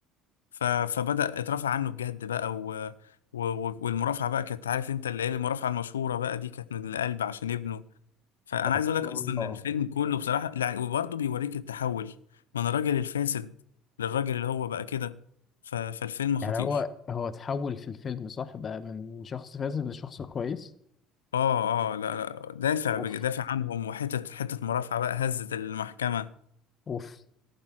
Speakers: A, on the left; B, on the left.
A: ف... فبدأ اترفع عنه بجد بقى و... و... و- والمرافعة بقى كانت عارف انت اللي هي المرافعة المشهورة بقى دي كانت من القلب عشان ابنه فأنا
B: اه
A: عايز اقول لك أصلا
B: آه.
A: الفيلم كله بصراحة لا، وبرضه بيوريك التحول من الراجل الفاسد للراجل اللي هو بقى كده ف... فالفيلم خطير
B: يعني هو هو اتحول في الفيلم صح بقى من شخص فاسد لشخص كويس
A: اه اه لا لا دافع
B: اوف
A: بج- دافع عنهم وحتة حتة مرافعة بقى هزت المحكمة
B: اوف